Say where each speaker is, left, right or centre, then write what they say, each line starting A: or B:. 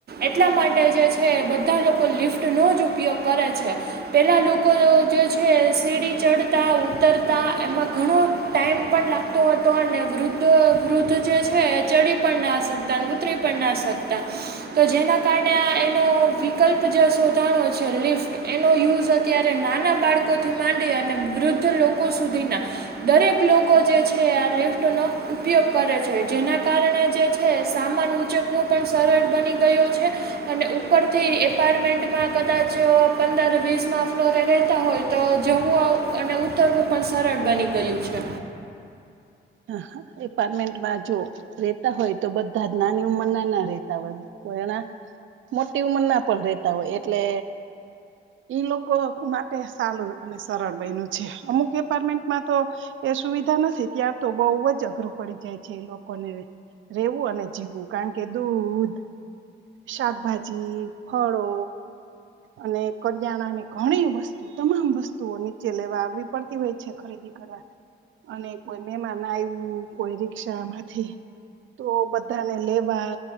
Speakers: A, on the right (about 50°); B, on the right (about 70°).
A: એટલા માટે જે છે, બધા લોકો લિફ્ટ નો જ ઉપયોગ કરે છે પેલા લોકો જે છે સીડી ચડતા ઉતરતા એમાં ઘણો ટાઈમ પણ લાગતો હતો અને વૃદ્ધ વૃદ્ધ જે છે ચડી પણ ના શકતા ઉતરી પણ ના શકતા તો જેના કારણે એનો વિકલ્પ જે શોધાણો છે લિફ્ટ એનો યુઝ અત્યારે નાના બાળકોથી માંડી અને અને વૃદ્ધ લોકો સુધીના દરેક લોકો જે છે, આ લિફ્ટનો ઉપયોગ કરે છે. જેના કારણે જે છે સામાન ઉંચકવો પણ સરળ બની ગયો છે અને ઉપર થી એપાર્ટમેન્ટમાં કદાચ પંદર વીસ ના ફ્લોરે રહેતા હોય તો જમું અને ઉત્તરવું પણ સરળ બની ગયું છે.
B: હા એપાર્ટમેન્ટમાં જો રેતા હોય તો બધા જ નાની ઉંમર ના ના રેતા હોય કો એના મોટી ઉંમર ના પણ રેતા હોય એટલે ઈ લોકો માટે સારું અને સરળ બન્યું છે અમુક એપાર્ટમેન્ટમાં તો એ સુવિધા નથી ત્યાં તો બહુ જ અઘરું પડી જાય છે, એ લોકોને રહેેવું અને જીવવું કારણ કે દૂધ, શાકભાજી, ફળો, અને કરિયાણા ની ઘણી વસ્તુ તમામ વસ્તુઓ નીચે લેવા આવીવી પડતી હોય છે, ખરીદી કરવા અને કોઈ મહેમાન આવું કોઈ રિકષામાંથી તો બધાને લેવા